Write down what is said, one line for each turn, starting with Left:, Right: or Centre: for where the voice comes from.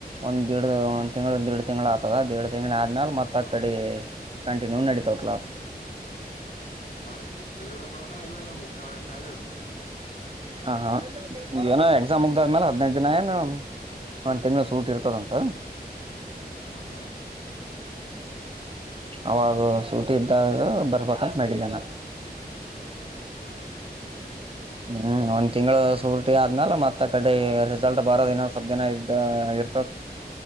Right: ಒಂದ್ ಎರಡ್ ಒಂದ್ ತಿಂ್ಳ ಒಂದ್ೆರಡ್ ತಿಂ್ಳ ಆಗ್ತದ ದೇಡ್ ತಿಂಗ್ಳ ಆದ್ಮೇಾಲ ಮತ್ತತ್ ಕಡೆ ಕಂಟಿನ್ಯೂ ನಡತಾವ ಕ್ಲಾಸ್
Left: ಅ್ರೆ ಬರ್ತಾನ ಇಲ್ಲ ನಿಮ ಕಾಲ ಅಸ
Right: ಹ ಹಾ ಏನೋ ಎಕ್ಸಾಮ್ ಮುಗ್ದಾದ್ಮೇಲೆ ಹದ್ನೈದು್ ದಿನ ಏನು ಹಾ ತೆಂಗಳಸ್ ಊಟ ಇರ್ತದಂತ
Left: ಹ್ಞೂ ಹ್ಞೂ
Right: ಅವಾಗ ಸೂಟಿ ಇದ್ದಾಗ ಬರ್ಬೇಕಂತ ಮಾಡಿದ್ದಾನ
Left: ಹೌದಾ ಹ್ಮ್
Right: ಹ ಹ್ಮ್ ಒಂದ್ ತಿಂಗಗಳು ಸುಲ್ಟಿ ಆದ್ಮ್ಯಾಲ ಮತ್ತ ಕಡೆ ರಿಸಲ್ಟ್ ಬರೋದಿನ ಸ್ವಪ್ ದಿನ ಇದ್ದ ಇರ್ತದ